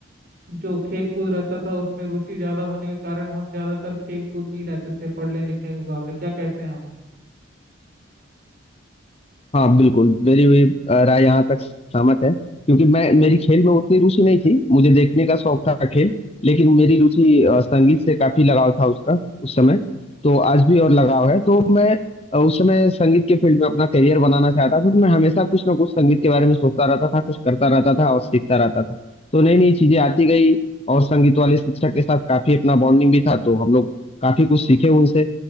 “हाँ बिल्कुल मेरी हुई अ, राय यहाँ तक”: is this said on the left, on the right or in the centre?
Left